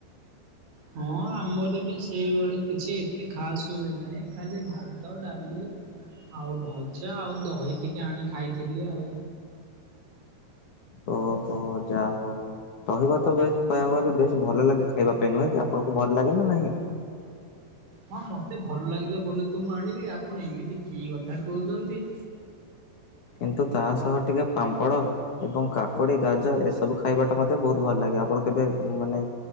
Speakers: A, on the right; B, on the left.
A: ହଁ ଆମର ବି ସେଇଭଳି କିଛି ଏତେ ଖାସ ହୁଏ ନାହିଁ ଖାଲି ଭାତ, ଡାଲି ଆଉ ଭଜା ଆଉ ଦହି ଟିକେ ଆଣି ଖାଇଥିଲି ଆଉ।
B: ଓହୋ ଯା ହୋଉ। ଦହିବା ତ ବେଶ କହିବାକୁ ଗଲେ ବେଶ ଭଲ ଲାଗେ ଖାଇବା ପାଇଁ। ନୁହେଁ କି? ଆପଣଙ୍କୁ ଭଲ ଲାଗେ ନା ନାହିଁ? ହ
A: ହଁ ମତେ ଭଲ ଲାଗିଲା ବୋଲି ତ ମୁଁ ଆଣିବି ଆପଣ ଏମିତି କି କଥା କୋହୁଛନ୍ତି
B: କିନ୍ତୁ ତା ସହ ଟିକେ ପାମ୍ପଡ଼ ଏବଂ କାକୁଡି, ଗାଜର ଏସବୁ ଖାଇବାଟା ମଧ୍ୟ ବହୁତ ଭଲ ଲାଗେ। ଆପଣ କେବେ ମାନେ